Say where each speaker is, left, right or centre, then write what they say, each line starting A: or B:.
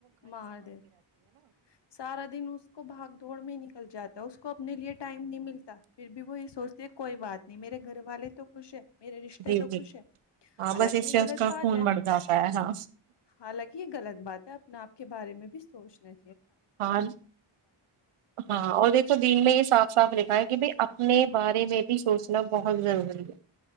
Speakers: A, on the left; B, on the right.
A: مار دیتے سارا دن اس کو بھاگ دوڑ میں نکل جاتا اس کو اپنے لیے ٹائم نہیں ملتا پھر بھی وہ یہ سوچتے کوئی بات نہیں میرے گھر والے تو خوش ہے میرے رشتے
B: جی
A: تو
B: جی
A: خوش ہے
B: ہاں
A: حالانکہ
B: بس اس
A: یہ
B: سے
A: غلط
B: اس کا
A: بات
B: خون
A: ہے
B: بڑھ جاتا ہے ہاں
A: حالانکہ یہ غلط بات ہے ناپ کے بارے میں بھی سوچنے
B: ہاں ہاں اور دیکھو دل میں یہ صاف صاف لکھا ہے کہ بھ اپنے بارے میں بھی سوچنا بہت ضروری ہے